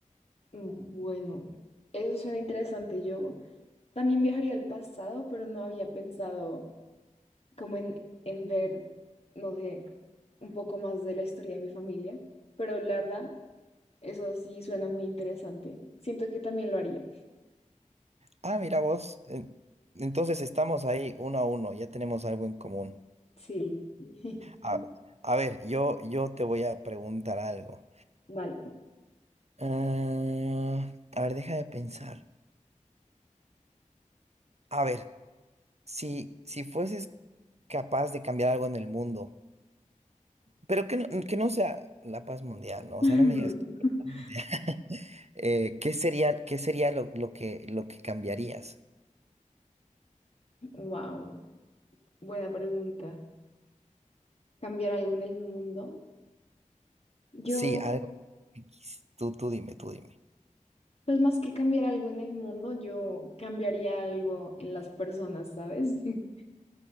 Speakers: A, on the left; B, on the right.
A: Bueno, eso suena interesante. Yo también viajaría al pasado, pero no había pensado como en, en ver, no sé, un poco más de la historia de mi familia. Pero la verdad, eso sí suena muy interesante. Siento que también lo haría.
B: Ah, mira vos, eh, entonces estamos ahí uno a uno, ya tenemos algo en común.
A: Sí, <laughs>
B: A, a ver, yo, yo te voy a preguntar algo.
A: vale.
B: Ah, a ver, deja de pensar. A ver, si, si fueses capaz de cambiar algo en el mundo, Pero que no, que no sea la paz mundial, ¿no? O
A: <laughs>
B: sea, no me digas. <laughs> Eh, ¿qué sería, qué sería lo, lo que, lo que cambiarías?
A: Wow, buena pregunta. ¿Cambiar algo en el mundo? Yo,
B: Sí, algo. X. Tú, tú dime, tú dime.
A: pues más que cambiar algo en el mundo, yo cambiaría algo en las personas, ¿sabes? <laughs>